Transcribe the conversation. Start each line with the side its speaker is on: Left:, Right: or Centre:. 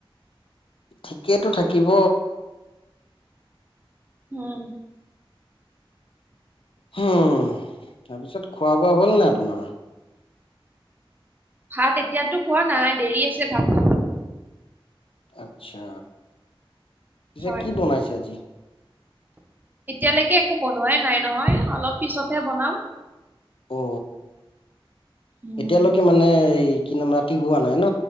Left: ঠিকেইেতো থাকিব।
Right: হয়।
Left: হম তাৰপিছত খোৱা বোৱা হ'ল নাই আপোনাৰ?
Right: ভাত এতিয়াতো খোৱা নাই দেৰি আছে ভাত খাবলৈ।
Left: আচ্ছা পিছে
Right: হয়
Left: কি বনাইছে আজি?
Right: এতিয়ালৈকে একো বনোৱাই নাই নহয় অলপ পিছতহে বনাম।
Left: অ
Right: উম
Left: এতিয়ালৈকে মানে এই কি নাম ৰাতি হোৱা নাই ন